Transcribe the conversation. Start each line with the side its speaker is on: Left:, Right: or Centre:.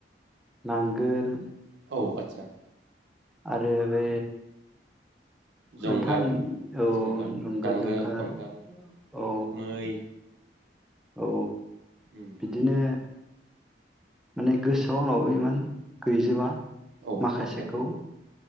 Centre: नांगोल,
Right: औ आदसा।
Centre: आरो बे
Right: जंगाल
Centre: नोंथां औ
Right: जंगाल
Centre: नंगो
Right: नांगोल
Centre: जुंखार
Right: जंगाल
Centre: औ।
Right: मै
Centre: औ।
Right: उम
Centre: बिदिनो माने गोसोआव आंनावबो इमान गैजोबा।
Right: औ
Centre: माखासेखौ
Right: आस्सा